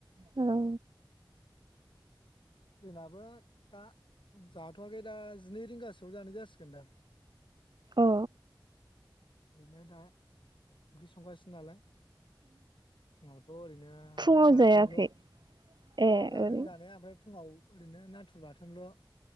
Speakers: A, on the right; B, on the left.
A: औ
B: जोंनाबो दा जाथ'वाखै दा जिनै रिंगासोआव जानाय जासिगोनदां।
A: औ
B: ओरैनो दा ओंख्रि संगासिनो नालाय फुंङावथ' ओरैनो
A: फुङाव
B: बाथोनल'
A: जायाखै
B: फुंङाव
A: ए
B: जादों
A: ओरै
B: जानाया ओमफ्राय फुंङाव ओरैनो नाथुर बाथो थोन ल